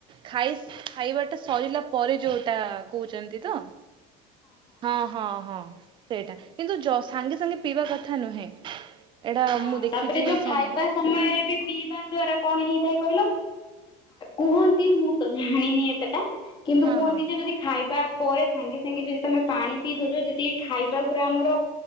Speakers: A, on the right; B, on the left.
A: ଖାଇ ଖାଇବା ଟା ସରିଲା ପରେ ଯୋଉଟା କହୁଛନ୍ତି ତ। ହଁ ହଁ ହଁ ସେଇଟା କିନ୍ତୁ ଜ ସାଙ୍ଗେ ସାଙ୍ଗେ ପିଇବା କଥା ନୁହେଁ ଏଇଟା
B: ହଁ
A: ମୁଁ ଦେଖିଛି
B: ତାପରେ ଯୋଉ
A: ସ
B: ଖାଇବା ସମୟରେ ବି ପିଇବା ଦ୍ଵାରା କଣ ହେଇଥାଏ? କହିଲ କୁହନ୍ତି ମୁଁ ତ ଜାଣିନି ଏତେ ତା କିନ୍ତୁ
A: ହଁ
B: କୁହନ୍ତି
A: ହଁ
B: ଯେ ଯଦି ଖାଇବା ପରେ ସାଙ୍ଗେ ସାଙ୍ଗେ ଯଦି ତମେ ପାଣି ପିଇ ଦଉଛ ଯଦି ଖାଇବା ଗୁରା ଆମର